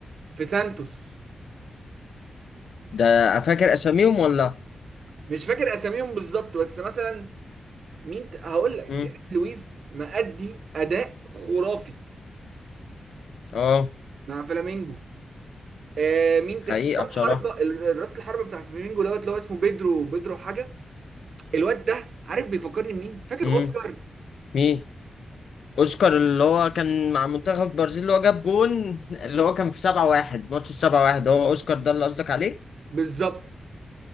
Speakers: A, on the right; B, on the left.
A: في سانتوس
B: ده فاكر اساميهم ولا
A: مش فاكر اساميهم بالظبط بس مثلا مين ت- هقول لك
B: امم
A: ديفيد لويز مأدي اداء خرافي
B: اه
A: مع فلامينجو آه مين
B: حقيقة
A: ت... في
B: بصراحة
A: راس حربة ال- راس الحربة بتاع فلامينجو دوت اللي هو اسمه بيدرو بيدرو حاجة الواد ده عارف بيفكرني مين فاكر
B: امم
A: اوسكار
B: مين اوسكار اللي هو كان مع منتخب البرازيل اللي هو جاب جون اللي هو كان في 7 1 ماتش ال 7 1 هو اوسكار ده اللي قصدك عليه
A: بالظبط